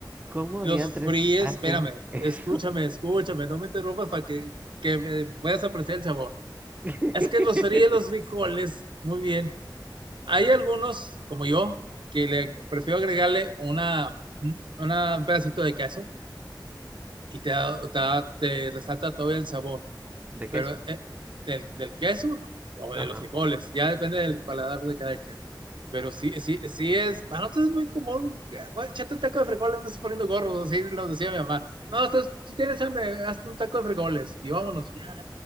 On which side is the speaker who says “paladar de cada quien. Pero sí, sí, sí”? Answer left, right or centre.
Right